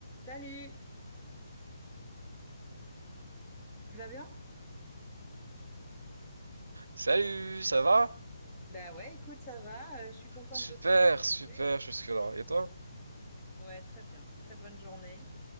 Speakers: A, in the centre; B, on the right (about 80°).
A: Salut, tu vas bien?
B: Salut, ça va?
A: Bah ouais, écoute, ça va. euh, je suis contente
B: Super,
A: de te retrouver.
B: super jusque-là. Et toi?
A: Ouais, très bien. Très bonne journée.